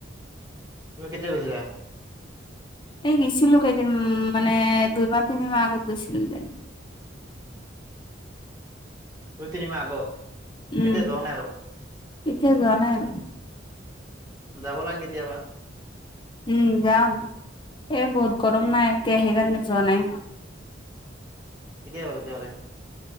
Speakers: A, on the right; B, on the left.
A: তুমি কেতিয়া গৈছিলা?
B: এই গৈছিলো কেইদিন উ মানে, দুই মাহ, তিনি মাহ আগত গৈছিলো কিজানি।
A: দুই তিনিমাহ আগত,
B: উম,
A: এতিয়া যোৱা নাই আৰু?
B: এতিয়া যোৱা নাই আৰু
A: যাবা নে কেতিয়াবা?
B: উম যাম। এই বহুত গৰম না এতিয়া, সেইকাৰণে যোৱা নাই।
A: কেতিয়া যাবা তেতিয়াহ'লে?